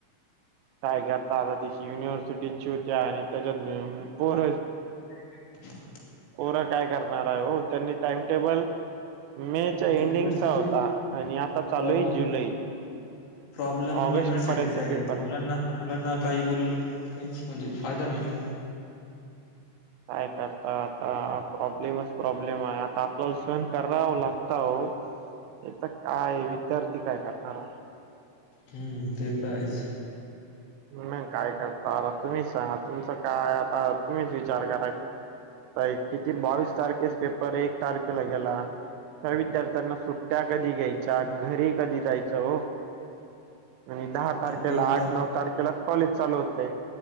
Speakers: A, on the right; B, on the left.
A: काय करता आता, तिची युनिव्हर्सिटीची होत्या, आणि त्याच्यात पोर
B: <unintelligible> <inaudible>
A: पोरं काय करणार आहे हो, त्यांनी टाइम टेबल मे च्या
B: आता
A: एंडिंगचा
B: युनिव्हर्सिटी
A: होता, आणि आता चालू
B: प्रॉब्लेम
A: ये जुलै.
B: प्रॉब्लेम
A: ऑगस्ट
B: युनिव्हर्सिटीचा
A: पर्यंत
B: आहे,
A: पेपर
B: ते मुलांना मुलांना काही बोलून, काहीच म्हणजे, फायदा नाही ना.
A: काय करता आता, प्रॉब्लेमच प्रॉब्लेम आहे, आता आपल्याला सहन करावं लागत हो. इथ काय विद्यार्थी काय करणार.
B: हम्म! ते तर आहेच.
A: मग काय करता, आता तुम्हीच सांगा, तुमचा काय आता तुम्हीच विचार करा की, किती बावीस तारखेस एक तारखेला गेला, त्या विद्यार्थ्यांना सुट्ट्या कधी घ्यायच्या घरी कधी जायचं हो, आणि दहा
B: आता
A: तारखेला,
B: एक
A: आठ
B: तार
A: नऊ तारखे क चाल होतय,